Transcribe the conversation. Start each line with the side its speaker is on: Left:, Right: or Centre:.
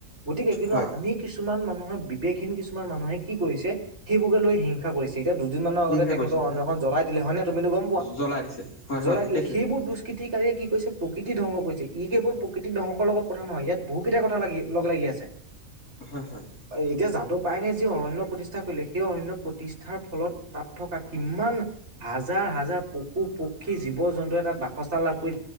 Right: গতিকে কিন্তু
Left: হয়
Right: আমি কিছুমান মানুহৰ বিবেকহীন কিছুমান মানুহে কি কৰিছে সেইবোৰকে লৈ হিংসা কৰিছে। তেতিয়া দুদিন মানৰ আগতে
Left: হিংসা
Right: তেখেতৰ
Left: কৰিছে
Right: অৰণ্য
Left: হয়
Right: এখন জ্বলাই দিলে হয় নে তুমিতো গ'ম পোৱা,
Left: জ্বলাই দিছে হয়
Right: জ্বলাই
Left: হয়
Right: দিলে
Left: সেইটোৱে
Right: সেইবোৰ দু ষ্কৃতিকাৰেয়ে কি কৰিছে প্ৰকৃতিৰ ধ্বংস কৰিছে, ই কেৱল প্ৰকৃতিৰ ধ্বংসৰ লগত কথা নহয় ইয়াত বহু কেইটা কথা লাগি লগ লাগি আছে। <unintelligible>
Left: হয়, হয়।
Right: এতিয়া যাদবপায়েংয়ে যি অৰণ্য প্ৰতিষ্ঠা কৰিলে, সেই অৰণ্য প্ৰতিষ্ঠাৰ ফলত তাত থকা কিমান হাজাৰ হাজাৰ পশু পক্ষী জীৱ জন্তুৱে তাত বাসস্থা লাভ কৰি